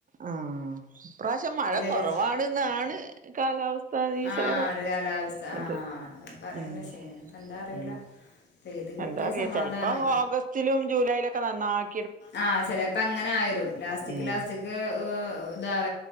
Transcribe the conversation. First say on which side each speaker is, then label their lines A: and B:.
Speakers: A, on the right; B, on the left.
A: ആ അ പ്രാവ്ശ്യം മഴ കുറവാണ്ന്നാണ്
B: ഇടേല്
A: കാലാവസ്ഥ നിരീക്ഷകരെ
B: ആഹ് ഒരു കാലാവസ്ഥ ആഹ്
A: ത്
B: പറയണ്ട
A: ഉം
B: പക്ഷേ ഇനിപ്പ എന്താ അറിയൂല
A: ഉം
B: പെയ്ത് കിട്ടിയ
A: എന്താറിയോ
B: സമാധാനം
A: ചെലപ്പം ഓഗസ്റ്റിലും ജൂലൈയിലൊക്കെ നന്നായി
B: ആ ചെലേപ്പൊ അങ്ങനെ ആയുരും ലാസ്റ്റിക്
A: ഉം
B: ലാസ്റ്റിക് ഊ താവ